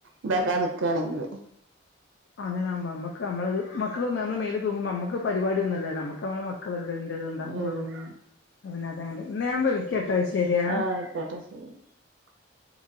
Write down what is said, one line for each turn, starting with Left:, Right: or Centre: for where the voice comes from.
Right: ഇതാക്കെ നിക്കുകയാണെങ്കില്
Left: അങ്ങനെകുമ്പോ നമ്മക്ക് നമ്മത് മക്കൾ നമ്മള് മേൽ തൂുമ്പോ നമ്മുക്ക് പരിപാടി ഒന്നുംല്ല നമമ്മക്ക് നമ്മെ മക്കളെല്ല ണ്ടാവുള്ളു
Right: ഉം
Left: അങ്ങ ഇ ഞാൻ വിളിക്കട്ടോ ശരിയാ
Right: ആഹ് ആയിക്കോട്ടെ <unintelligible>